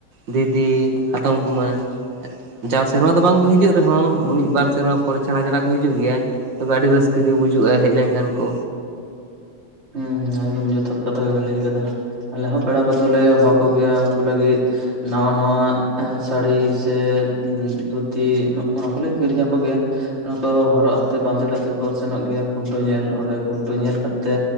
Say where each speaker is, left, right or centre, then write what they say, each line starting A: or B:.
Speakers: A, on the right (about 60°); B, on the right (about 30°).
A: ᱫᱤᱫᱤ, ᱦᱟᱛᱚᱢ ᱠᱩᱢᱟᱝ᱾ ᱡᱟᱣ ᱥᱮᱨᱢᱟ ᱫᱚ ᱵᱟᱝᱠᱚ ᱦᱤᱡᱩᱜ ᱨᱮᱦᱚᱸ ᱢᱤᱫ ᱵᱟᱨ ᱥᱮᱨᱢᱟ ᱯᱚᱨᱮ ᱪᱷᱟᱲᱟ ᱪᱷᱟᱲᱟ ᱠᱚ ᱦᱤᱡᱩᱜ ᱜᱮᱭᱟ। ᱛᱚᱵᱮ ᱟᱹᱰᱤ ᱨᱟᱹᱥᱠᱟᱹ ᱜᱮ ᱵᱩᱡᱩᱜᱼᱟ ᱦᱮᱡ ᱞᱮᱱᱠᱷᱟᱱ ᱠᱚ।
B: ᱦᱩᱸ ᱮᱠᱫᱚᱢ ᱡᱚᱛᱷᱟᱛ ᱠᱟᱛᱷᱟ ᱜᱮᱵᱮᱱ ᱞᱟᱹᱭ ᱠᱟᱫᱟ᱾ ᱟᱞᱮ ᱦᱚᱸ ᱯᱮᱲᱟ ᱠᱚᱫᱚᱞᱮ ᱦᱚᱦᱚ ᱟᱠᱚᱜᱮᱭᱟ ᱩᱱᱠᱩ ᱞᱟᱹᱜᱤᱫ ᱱᱟᱣᱟ ᱱᱟᱣᱟ ᱥᱟᱹᱲᱤ ᱥᱮ ᱫᱷᱩᱛᱤ ᱱᱚᱜ-ᱚᱱᱟ ᱠᱚᱞᱮ ᱠᱤᱨᱤᱧ ᱟᱠᱚᱜᱮᱭᱟ। ᱚᱱᱟ ᱠᱚ ᱦᱚᱨᱚᱜ ᱛᱮ ᱵᱟᱸᱫᱮ ᱠᱟᱛᱮᱫ ᱠᱚ ᱥᱮᱱᱚᱜ ᱜᱮᱭᱟ ᱠᱷᱩᱱᱴᱟᱹᱣ ᱧᱮᱞ᱾ ᱚᱸᱰᱮ ᱠᱷᱩᱱᱴᱟᱹᱣ ᱧᱮᱞ ᱠᱟᱛᱮ